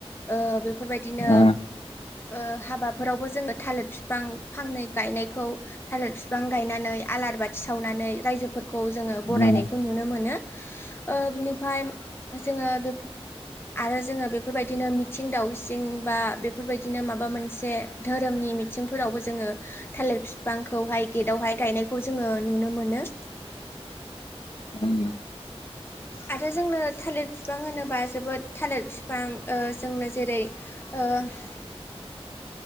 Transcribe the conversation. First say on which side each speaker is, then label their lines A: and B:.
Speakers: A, on the left; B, on the left.
A: ओ बेफोरबायदिनो
B: उम
A: ओ हाबाफोरावबो जोङो थालिर बिफां फांनै गायनायखौ थालिर बिफां गायनानै आलार बाथि सावनानै रायजोफोरखौ जोङो बरायनायखौ
B: उम उम
A: नुनो मोनो ओ बिनिफ्राय जोंङो
B: !!!
A: आरो जोङो बेफोरबायदिनो मिथिं दावसिं बा बेफोरबायदिनो माबा मोनसे धोरोमनि मिथिंफोरावबो जोङो थालिर बिफांखौहाय गेटावहाय गायनायखौ जोङो नुनो मोनो
B: उम
A: आरो जोंनो थालिर बिफां होनोबा जोबोद थालिर बिफां ओ‌ जोंनो जेरै ओ !!!